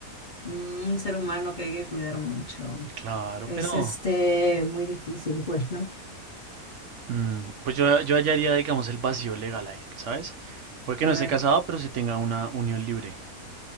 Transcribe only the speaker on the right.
Claro,
pero
mm, pues yo, yo hallaría, digamos, el vacío legal ahí, ¿sabes? Porque
no esté
casado, pero sí tenga una unión libre.